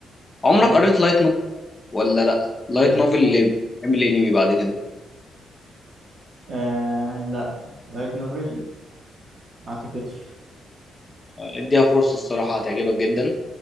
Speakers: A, on the left; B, on the right.
A: عمرك
B: مم.
A: قريت لايت نوفل ولا لا لايت
B: لايت
A: نوفل اللي بيعمل انمي بعد كده
B: آه لا لايت نوفل ما اعتقدش
A: اديها فرصه الصراحه هتعجبك جدا